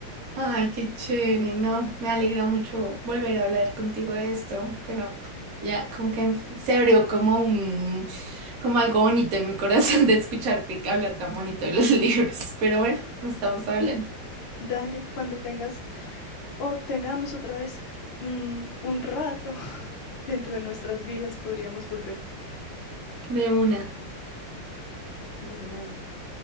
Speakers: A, on the right; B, on the left.
A: Ay, qué chévere, ¿no? Me alegra mucho volver a hablar contigo de esto, pero ya como que se abrió como un, como algo bonito en mi corazón <laughs> de escucharte hablar tan bonito de los <laughs> libros. Pero bueno, no estamos hablando
B: Dale, cuando tengas o tengamos otra vez mm, un rato <laughs> dentro de nuestras vidas, podríamos volver
A: de una.
B: de una de una.